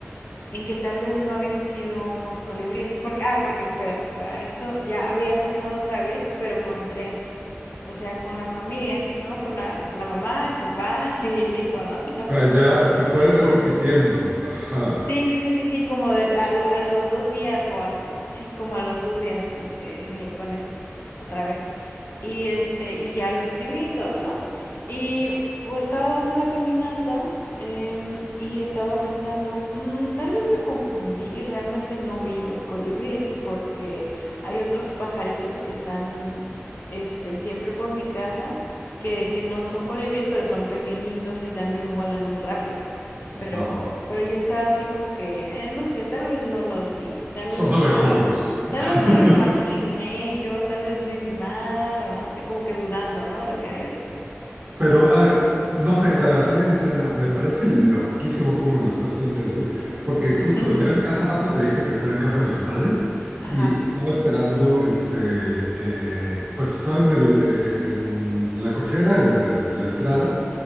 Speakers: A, on the left; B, on the right.
A: en que tal vez no habían sido unos colibríes. Porque, ah, porque espérate, para esto ya había soñado otra vez, pero con tres. O sea, con la familia, ¿no? Con la, la mamá, el papá <laughs> y el hijo, ¿no?
B: O sea, ya se fue
A: Ajá.
B: repitiendo. Ajá,
A: Sí, sí, sí, sí, sí, como de, al- a, los dos días o al, sí, como a los dos días, este, soñé con eso otra vez. Y este, y ya lo escribí y todo, ¿no? Y o estaba dando una caminata em, y estaba pensando, "Mm, tal vez me confundí y realmente no vi dos colibríes porque hay otros pajaritos que están, este, siempre por mi casa que, que no son colibríes, pero son pequeñitos y también vuelan muy rápido.
B: ajá.
A: Pero, pero yo estaba así como que, eh, no sé, tal vez no los vi, tal
B: Son
A: vez
B: abejorros.
A: me lo,
B: <laughs>
A: tal vez me lo imaginé yo, tal vez vi mal o no sé, como que dudando, ¿no? De lo que había visto.
B: Pero, ah, no sé, así de entrada, me parece loquísimo cómo lo estás planteando, porque
A: <laughs>
B: justo, ya ves que hace rato te dije que estaba en casa de mis padres
A: Ajá.
B: y estaba esperando, este, eh, pues estaba en el, eh, eh, en la cochera, en eh, la entrada,